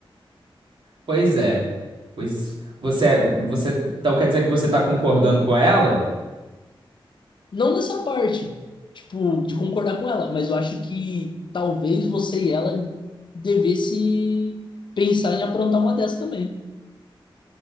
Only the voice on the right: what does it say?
Pois é. Pois você, você, então quer dizer que você está concordando com ela?